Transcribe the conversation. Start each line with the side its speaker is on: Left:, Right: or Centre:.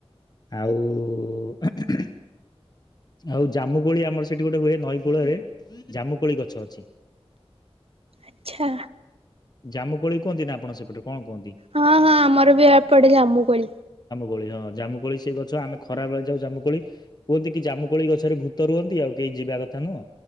Left: ଆଉ ଉ ଆଉ ଜାମୁକୋଳି ଆମର ସେଠି ଗୋଟେ ହୁଏ ନଈ କୂଳରେ ଜାମୁକୋଳି ଗଛ ଅଛି।
Right: ଆଛା
Left: ଜାମୁକୋଳି କୁହନ୍ତି ନା ଆପଣ ସେପଟେ। କଣ କୁହନ୍ତି?
Right: ହଁ ହଁ ଆମର ବି ଏପଟେ ଜାମୁ କୋଳି।
Left: କୋଳି ହଁ ଜାମୁକୋଳି ସେ ଗଛ ଆମେ ଖରା ବେଳେ ଯାଉ ଜାମୁକୋଳି କୁହନ୍ତି କି ଜାମୁକୋଳି ଗଛରେ ଭୂତ ରୁହନ୍ତି ଆଉ କେହି ଯିବା କଥା ନୁହଁ